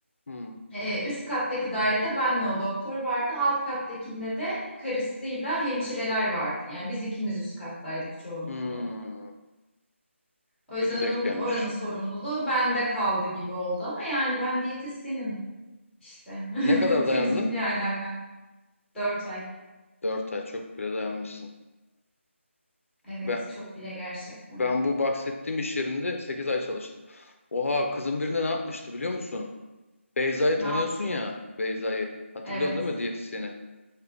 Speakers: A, on the left; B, in the centre.
A: Hmm.
B: Ee, üst kattaki dairede benle o doktor vardı, alt kattakinde de karısıyla hemşireler vardı. Yani biz ikimiz üst kattaydık çoğunlukla.
A: Hmm.
B: O yüzden
A: Kötü denk
B: oranın,
A: gelmiş.
B: oranın sorumluluğu bende kaldı gibi oldu ama yani ben diyetisyenim işte.
A: Ne
B: <laughs>
A: kadar
B: Temizlik
A: dayandın?
B: ne alaka? Dört ay.
A: Dört ay çok bile dayanmışsın.
B: Evet,
A: Ben,
B: çok bile gerçekten.
A: ben bu bahsettiğim iş yerinde 8 ay çalıştım. Oha kızın birine ne yapmıştı biliyor musun? Beyza'yı
B: Ne
A: tanıyorsun
B: yaptı?
A: ya Beyza'yı. Hatırlıyorsun
B: Evet,
A: değil mi diyetisyeni?